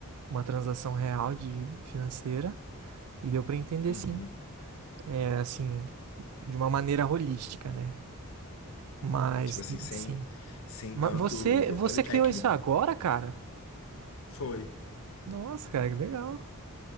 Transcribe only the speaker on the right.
uma transação real de financeira. E deu pra entender
sim. É, assim, de uma maneira holística, né? Mas,
sim.
Mas
você,
você
criou isso agora, cara?
Nossa, cara, que legal.